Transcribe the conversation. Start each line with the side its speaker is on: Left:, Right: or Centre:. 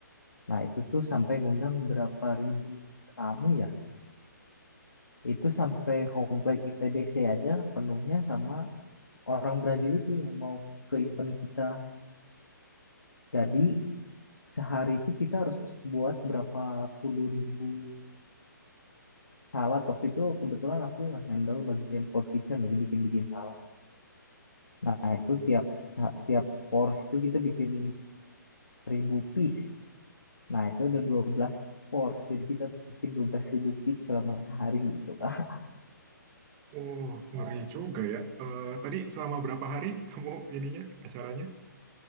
Left: Nah itu tuh sampai ngundang berapa ribu tamu ya. Itu sampai komplek ITDC aja penuhnya sama orang Brazil itu yang mau ke event kita Jadi sehari itu kita harus buat berapa puluh ribu salad. Waktu itu kebetulan aku handle bagian food kitchen, jadi bikin-bikin salad. Nah itu tiap sa- tiap porsi itu kita bikin 1000 piece. Nah itu ada dua belas porsi, jadi kita bikin 12.000 piece selama sehari gitu. <laughs>
Right: Oh, ngeri Nah, juga ya. Eh, tadi selama berapa hari kamu ininya acaranya?